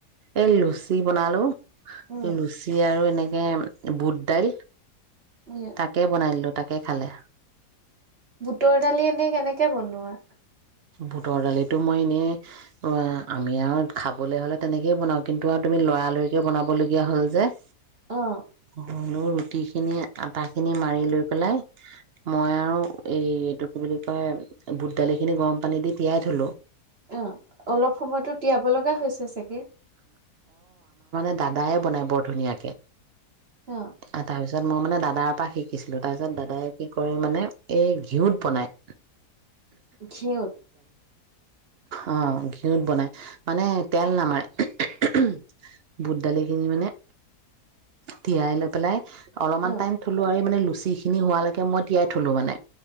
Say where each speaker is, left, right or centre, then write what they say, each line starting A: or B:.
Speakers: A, on the right (about 65°); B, on the right (about 40°).
A: এ লুচি বনালো।
B: উম,
A: লুচি আৰু এনেকে এ বুটদাইল
B: সেয়া
A: তাকে বনাই দিলোঁ তাকে কে খালে
B: বুটৰ দালি এনেই কেনেকে বনোৱা?
A: বুটৰ দালিত এইটো মই এনেই, অ' আমি আৰু খাবলৈ হ'লে তেনেকেই বনাও কিন্তু আৰু তুমি লৰালৰিকে বনাবলগীয়া হ'ল যে!
B: অ'
A: ধনু ৰুটি খিনি আটা খিনি মাৰি লৈ পেলাই মই আৰু এই এইটো কি বুলি কয় বুট দালি খিনি গৰম পানী দি তিয়াই থলোঁ।
B: অ', অলপ সময়তো তিয়াব লগা হৈছে চাগে?
A: <unintelligible> দাদায়ে বনায় বৰ ধুনীয়াকে
B: অ',
A: আ তাৰপিছত মই মানে দাদাৰ পৰা শিকিছিলো তাৰপিছত দাদাই কি কৰে মানে, এই ঘিউত বনায়!
B: ঘিঁউত
A: অ' ঘিঁউত বনায়, মানে তেল নামাৰে। বুট দালিখিনি মানে, তিয়াই লৈ পেলাই অলমান
B: অ',
A: টাইম থ'লো মানে লুচিখিনি হোৱালৈকে মই তিয়াই থ'লো মানে!